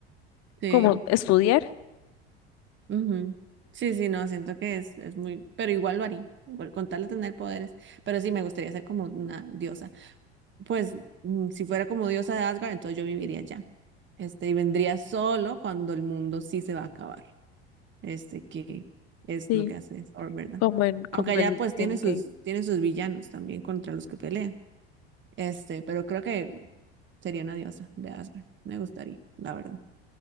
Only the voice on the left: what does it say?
como estudiar,
Sí.
como en, como
en,
en
que-